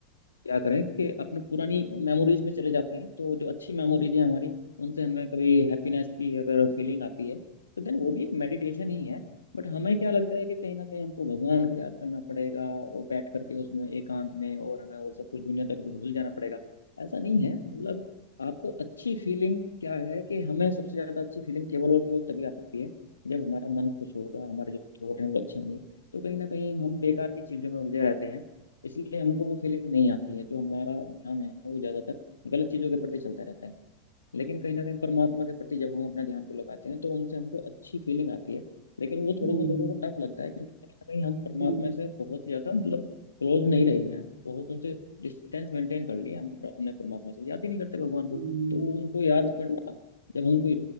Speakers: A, on the left (about 75°); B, on the right (about 60°).
A: क्या करें कि अपने पुरानी मेमोरीज में चले जाते हैं तो जो अच्छी मेमोरीज है हमारी उनसे हमें कभी हैप्पीनेस की अगर फीलिंग आती है तो देन वो भी एक मेडिटेशन ही है बट हमें क्या लगता है कि कहीं ना कहीं हमको भगवान को याद करना पड़ेगा और बैठ करके उसमें एकांत में और हमें और सब कुछ दुनियादारी को भूल जाना पड़ेगा ऐसा नहीं है मतलब आपको अच्छी फीलिंग क्या है कि हमें सबसे ज्यादा अच्छी फीलिंग केवल और केवल तभी आ सकती है जब हमारा मन खुश होगा हमारे जो थॉट हैं वो अच्छे होंगे तो कहीं ना कहीं हम बेकार की चीजों में उलझे रहते हैं इसलिए हमको वो फीलिंग नहीं आती है जो हमारा ध्यान है वो ज्यादातर गलत चीजों के प्रति चलता रहता है लेकिन कहीं ना कहीं परमात्मा के प्रति जब हम अपना ध्यान को लगाते हैं तो उनसे हमको अच्छी फीलिंग आती है लेकिन वो थोड़ा
B: हम्म
A: सा लोगों को टफ लगता है क्योंकि कहीं ना कहीं हम परमात्मा
B: हम्म
A: से बहुत ज्यादा मतलब क्लोज नहीं रहे हैं बहुत उनसे डिस्टेंस मेंटेन कर लिया हम हमने परमात्मा से याद ही नहीं करते भगवान को
B: हम्म
A: तो वो उनको याद करना जब उनको